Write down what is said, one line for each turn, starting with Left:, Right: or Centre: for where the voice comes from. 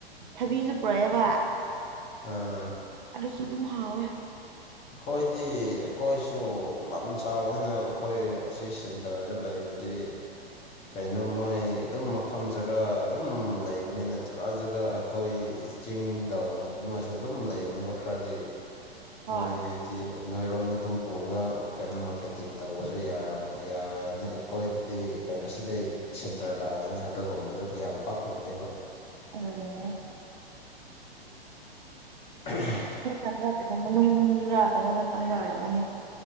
Right: ꯊꯕꯤꯁꯨ ꯄꯨꯔꯛꯑꯦꯕ
Left: ꯑꯥ
Right: ꯑꯂꯁꯨ ꯑꯗꯨꯝ ꯍꯥꯎꯋꯦ
Left: ꯑꯩꯈꯣꯏꯗꯤ ꯑꯩꯈꯣꯏꯁꯨ ꯂꯝ ꯆꯥꯎꯕꯅ ꯑꯩꯈꯣꯏ ꯑꯁꯤ ꯁꯦꯟꯇꯔꯗ ꯂꯩꯕꯗꯤ ꯀꯩꯅꯣ ꯃꯣꯏ ꯑꯗꯨꯝ ꯃꯐꯝ ꯖꯒꯥ ꯑꯗꯨꯝ ꯂꯩꯕꯅꯤꯅ ꯖꯒꯥ ꯖꯒꯥ ꯑꯩꯈꯣꯏ ꯆꯤꯡꯗꯧꯅ ꯃꯣꯏꯁꯨ ꯑꯗꯨꯝ ꯂꯩꯕꯅꯦꯕ ꯈꯔꯗꯤ
Right: ꯍꯣꯏ
Left: ꯃꯣꯏ ꯗꯤ ꯅꯣꯏꯔꯣꯟꯗ ꯑꯗꯨꯝ ꯄꯨꯔꯒ ꯀꯩꯅꯣ ꯃꯥꯔꯀꯦꯇꯤꯡ ꯇꯧꯕꯁꯨ ꯌꯥꯔ ꯌꯥꯅꯤ ꯑꯩꯈꯣꯏꯗꯗꯤ ꯀꯩꯅꯣ ꯁꯤꯗꯩ ꯁꯦꯟꯇꯔ ꯇꯥꯕꯅꯤꯅ ꯑꯗꯨꯒꯨꯝꯕꯗꯨ ꯌꯥꯝ ꯄꯥꯛꯎꯗꯦꯕ
Right: ꯑ
Left: <unintelligible> <inaudible>
Right: ꯑꯩꯣꯏꯅ ꯈꯔ ꯀꯩꯅꯣꯝ ꯃꯅꯨꯡꯗ ꯀꯩꯅꯣꯝꯃ ꯆꯪꯕ ꯑꯣꯏꯔꯝꯃꯅꯤ